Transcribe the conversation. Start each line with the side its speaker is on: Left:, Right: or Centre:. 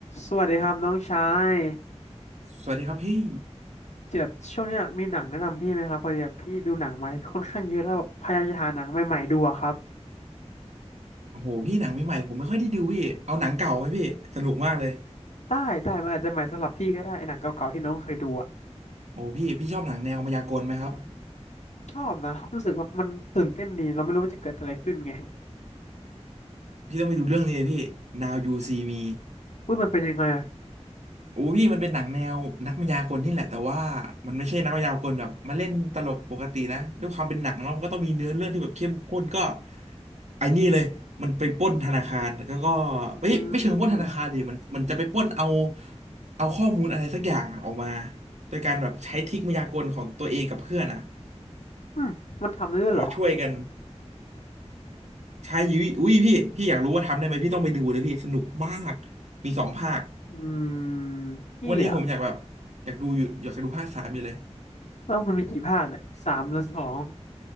Left: สวัสดีครับน้องชาย
Right: สวัสดีครับพี่
Left: เดี๋ยวช่วงเนี้ยมีหนังแนะนำพี่ไหมครับพอดีแบบพี่ดูหนังมาค่อนข้างเยอะแล้วแบบพยายามจะหาหนังใหม่ๆดูอะครับ
Right: โอ้โหพี่หนังใหม่ๆผมไม่ค่อยได้ดูพี่เอาหนังเก่าไหมพี่สนุกมากเลย
Left: ได้ได้มันอาจจะใหม่สำหรับพี่ก็ได้ไอ้หนังเก่าๆที่น้องเคยดูอะ
Right: โอ้พี่พี่ชอบหนังแนวมายากลไหมครับ
Left: ชอบนะรู้สึกว่ามันตื่นเต้นดีเราไม่รู้ว่าจะเกิดอะไรขึ้นไง
Right: พี่ต้องไปดูเรื่องนี้เลยพี่ Now You See Me
Left: ว่ามันเป็นยังไงอะ
Right: โอ้พี่มันเป็นหนังแนวนักมายากลนี่แหละแต่ว่ามันไม่ใช่นักมายากลแบบมาเล่นตลกปกตินะด้วยความเป็นหนังเนาะมันก็ต้องมีเนื้อเรื่องที่แบบเข้มข้นก็ไอ้นี่เลยมันไปปล้นธนาคารแล้วก็เอ้ยไม่เชิงปล้นธนาคารดิมันมันจะไปปล้นเอา
Left: อืม
Right: เอาข้อมูลอะไรสักอย่างอะออกมาโดยการแบบใช้ทริคมายากลของตัวเองกับเพื่อนอะ
Left: อืมมันทำได้ด้วยเหรอ
Right: แบบว่าช่วยกันใช้ยุ้ยอุ้ยพี่พี่อยากรู้ว่าทำได้ไหมพี่ต้องไปดูเลยพี่สนุกมากมีสองภาค
Left: อืมพี่อะ
Right: วันนี้ผมอยากแบบอยากดูอยู่อยากดูภาคสามอยู่เลย
Left: ว่ามันมีกี่ภาคเนี่ยสามหรือสอง